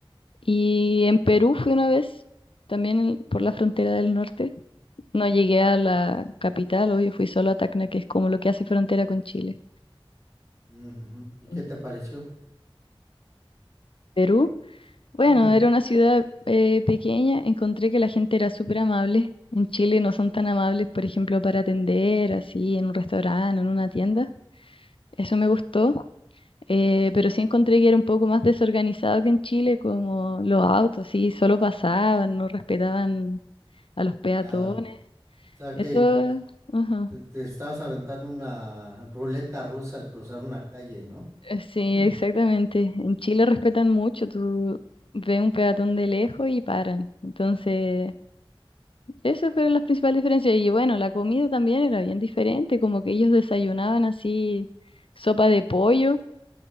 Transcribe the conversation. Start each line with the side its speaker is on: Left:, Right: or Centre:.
Left: Y en Perú fui una vez, también en- por la frontera del norte, No llegué a la capital, obvio, fui solo a Tacna, que es como lo que hace frontera con Chile.
Right: ujú. ¿Y qué
Left: Mm.
Right: te pareció?
Left: Perú, bueno,
Right: Mm,
Left: era una ciudad eh, pequeña, encontré que la gente era súper amable. En Chile no son tan amables, por ejemplo, para atender, así, en un restaurante, en una tienda. Eso me gustó, eh, pero sí encontré que era un poco más desorganizado que en Chile, como los autos, sí, solo pasaban, no respetaban a los peatones.
Right: nada. O sea,
Left: Eso,
Right: que, que- que
Left: ajá.
Right: te, te estabas aventando una ruleta rusa al cruzar una calle, ¿no?
Left: Eh, Sí,
Right: <laughs>
Left: exactamente. En Chile respetan mucho, tú ves un peatón de lejos y paran. Entonces, esas fueron las principales diferencias. Y bueno, la comida también era bien diferente, como que ellos desayunaban así sopa de pollo